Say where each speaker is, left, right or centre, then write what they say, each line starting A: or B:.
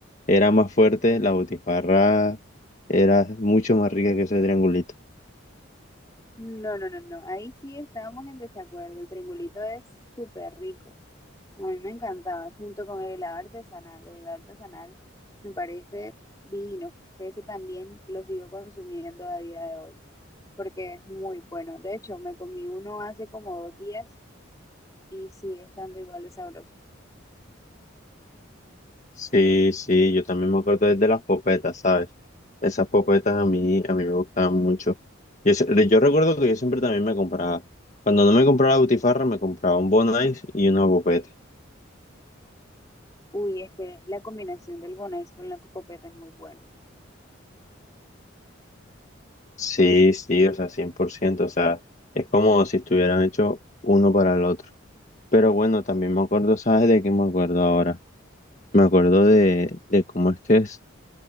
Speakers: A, on the left; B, on the left.
A: era más fuerte, la butifarra era mucho más rica que ese triangulito.
B: No, no, no, no, no. Ahí sí estábamos en desacuerdo. El triangulito es súper rico. A mí me encantaba, junto con el helado artesanal. El helado artesanal me parece divino. que Ese también lo sigo consumiendo a día de hoy, porque es muy bueno. De hecho, me comí uno hace como dos días y sigue estando igual de sabroso.
A: Sí, sí, yo también me acuerdo de las popetas, ¿sabes? Esas popetas a mí, a mí me gustaban mucho. Yo, se- yo recuerdo que yo siempre también me compraba, cuando no me compraba la butifarra, me compraba un Bon Ice y una popeta.
B: Uy, es que la combinación del Bonais con la copopeta es muy buena.
A: Sí, sí, o sea, 100%, o sea, es como si estuvieran hechos uno para el otro. Pero bueno, también me acuerdo, ¿sabes de qué me acuerdo ahora? Me acuerdo de, de cómo es que es